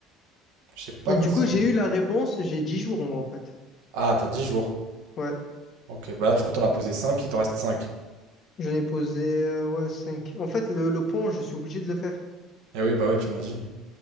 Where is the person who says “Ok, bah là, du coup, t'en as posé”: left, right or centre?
Right